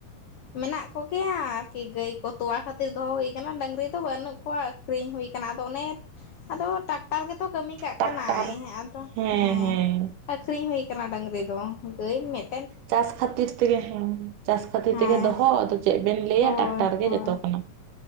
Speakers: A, on the left; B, on the right.
A: ᱢᱮᱱᱟᱜ ᱠᱚᱜᱮᱭᱟ ᱟᱨᱠᱤ ᱜᱟᱹᱭ ᱠᱚ ᱛᱚᱣᱟ ᱠᱷᱟᱹᱛᱤᱨ ᱫᱚᱦᱚ ᱦᱩᱭ ᱠᱟᱱᱟ ᱰᱟᱹᱝᱨᱤ ᱫᱚ ᱵᱟᱹᱱᱩᱜ ᱠᱚᱣᱟ ᱟᱹᱠᱷᱨᱤᱧ ᱦᱩᱭ ᱠᱟᱱᱟ, ᱟᱫᱚ ᱚᱱᱮ ᱟᱫᱚ ᱴᱟᱠᱴᱟᱨ ᱜᱮᱛᱚ ᱠᱟᱹᱢᱤ ᱠᱟᱜ
B: ᱴᱟᱠᱴᱟᱨ
A: ᱠᱟᱱᱟᱭ ᱟᱫᱚ
B: ᱦᱮᱸ
A: ᱦᱮᱸ‌᱾
B: ᱦᱮᱸ
A: ᱟᱠᱷᱨᱤᱧ ᱦᱩᱭ ᱟᱠᱟᱱᱟ ᱰᱟᱝᱨᱤ ᱫᱚ ᱜᱟᱹᱭ ᱢᱮᱫ
B: ᱪᱟᱥ ᱠᱷᱟᱹᱛᱤᱨ ᱛᱮᱜᱮ ᱦᱮᱸ ᱪᱟᱥ ᱠᱷᱟᱹᱛᱤᱨ
A: ᱦᱮᱸ
B: ᱛᱮᱜᱮ ᱫᱚᱦᱚ ᱟᱫᱚ ᱪᱮᱫ ᱵᱮᱱ ᱞᱟᱹᱭᱟ
A: ᱦᱳᱭ
B: ᱴᱟᱠᱴᱟᱨ ᱜᱮ
A: ᱦᱳᱭ
B: ᱡᱚᱛᱚ ᱠᱟᱱᱟ᱾